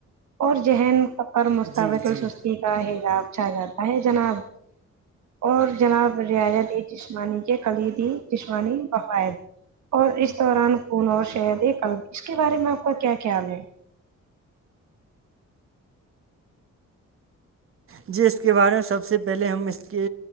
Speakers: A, on the right; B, on the right.
A: اور ذہن فر مستوقل
B: جی جی
A: سستی کا حجاب چا جاتا ہے جناب اور جناب رعیت ایک جسمانی کے خلیدی جشوانی وفائد اور اس دوران خون اور شہد ایک قلب اس کے بارے میں آپ کا کیا خیال ہے
B: جی اس کے بارے میں سب سے پہلے ہم اس کے